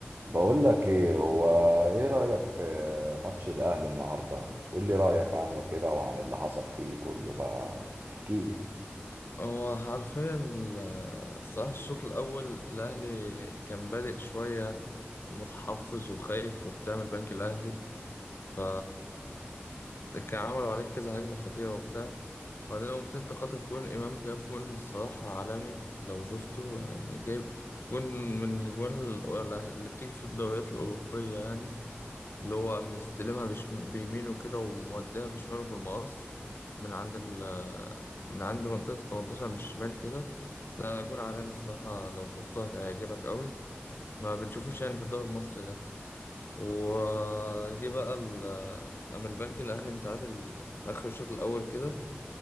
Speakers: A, on the right; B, on the left.
A: بقول لك ايه هو ايه رأيك في ماتش الاهلي النهارده قول لي رأيك عنه كده وعن اللي حصل فيه كله بقى احكي لي
B: هو حرفيا ال- الصراحة الشوط الأول الأهلي كان بادئ شوية متحفظ وخايف وبتاع من البنك الأهلي ف كان عملوا عليك كذا هجمة خطيرة وبتاع بعدين قمت أنت خاطف جون إمام جاب جون الصراحة عالمي لو شفته يعني جايب جون من الأجوان اللي بتيجي في الدوريات الأوروبية يعني اللي هو مستلمها بشم... بيمينه كده وموديها بشماله في المقص من عند ال... من عند منطقة التمنتاشر من الشمال كده لا جون عالمي الصراحة لو شفته هتعجبك قوي ما بنشوفوش يعني في الدوري المصري ده وجي بقى ال... أما البنك الأهلي متعادل في آخر الشوط الأول كده